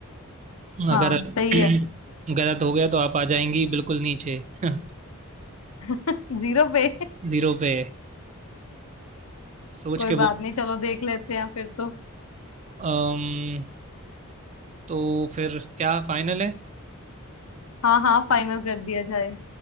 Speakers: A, on the right (about 35°); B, on the left (about 75°).
A: अगर
B: हाँ सही
A: <clears throat>
B: है
A: गलत हो गया तो आप आ जाएंगी बिल्कुल नीचे <laughs>
B: <laughs> जीरो पे
A: जीरो पे सोच
B: कोई
A: के बोल
B: बात नहीं चलो देख लेते हैं फिर तो
A: अम्म तो फिर क्या फाइनल है
B: हाँ हाँ फाइनल कर दिया जाए